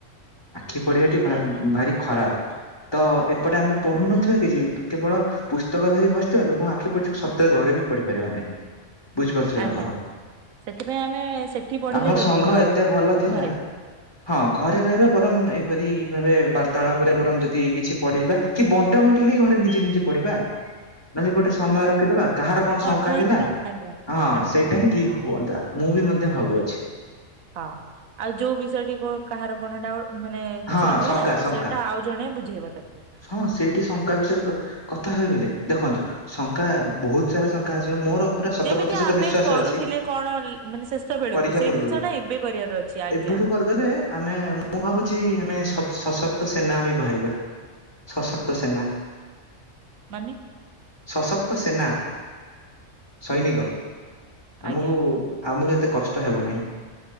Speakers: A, on the left; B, on the right.
A: ଆଖି ପଡିବାଟି ଭା ଭାରି ଖରାପ। ତ ଏପଟେ ଆମେ ପଢୁନଥିବା କିଛି କେବଳ ପୁସ୍ତକ ଧରି ବସିଥିବା ଲୋକଙ୍କୁ ଆଖି ପଢିିବ ସତରେ ଘରେ ବି ପଢି ପାରିବା ନାହିଁ। ବୁଝିପାରୁଥିବେ
B: ଆଜ୍ଞା
A: ଆପଣ
B: ସେଥିପାଇଁ ଆମେ ସେଠି ପଢିଲେ
A: ଆମ
B: ବେ
A: ସଂଘ
B: ଭଲ
A: ଏତେ
B: ହବ
A: ଭଲ ଥିଲା
B: ଘରେ
A: ହଁ ଘରେ ରହି ରହି
B: ଆଜ୍ଞା
A: ବରଂ ଏ ପରି ଭାବେ ବାର୍ତ୍ତାଳାପ ପରେ ବରଂ ଯଦ କିଛି ପଢିଯିବା କି ବଣ୍ଟା ବଣ୍ଟି ହେଇ ଘରେ ନିଜେ ନିଜେ ପଢିବା।
B: ହଁ <inaudible>
A: ନହେଲେ ଗୋଟେ ସମୟ ରଖିଦବା କାହାର କଣ
B: କଥା
A: ଶଙ୍ଖା
B: ହେଇଯିବା
A: ଥିଲା
B: ଆଜ୍ଞା।
A: ହଁ
B: ଆଜ୍ଞା
A: ସେଇଟା ହିଁ ଠିକ ହୁଅନ୍ତା ମୁଁ ବି ମଧ୍ୟ ଭାବୁଅଛି।
B: ହଁ ଆଉ ଯୋଉ ବିଷୟଟି କ କାହାର କଣଟା ମାନେ
A: ହଁ
B: କିଛି ରହିଲା
A: ଶଙ୍କା
B: ତ
A: ଶଙ୍କା
B: ସେଇଟା ଆଉ ଜଣେ ବୁଝେଇବ ତାକୁ।
A: ହଁ ସେଇଠି ଶଙ୍ଖା ବିଷୟରେ କ କଥା ହୋଇଗଲେ ଦେଖନ୍ତୁ ଶଙ୍ଖା ବହୁତ ସାରା ଶଙ୍ଖା ଆସିବ ମୋର ପୁରା ଶତ
B: ଯେମିତି
A: ପ୍ରତିଶତ
B: ଆମେ
A: ବିଶ୍ଵାସ
B: କରୁଥିଲେ
A: ଅଛି
B: କଣ ଲେ ମାନେ ଶେଷ ବେଳକୁ
A: ପରୀକ୍ଷା
B: ସେଇ
A: ପୂର୍ବରୁ
B: ଜିନିଷ ଟା ଏବେ କରିବାର ଅଛି ଆଜ୍ଞା।
A: ଏବେଠୁ ଆମେ ମୁଁ ଭାବୁ ଚି ଆମେ ସ ସଶକ୍ତ ସେନା ହୋଇ ବାହାରିବା ସଶକ୍ତ ସେନା
B: ମାନେ
A: ସଶକ୍ତ ସେନା ସୈନିକ ଆମକୁ
B: ଆଜ୍ଞା ଆଜ୍ଞା।
A: ଆଉମକୁ ଏତେ କଷ୍ଟ ହେବ ନାହିଁ।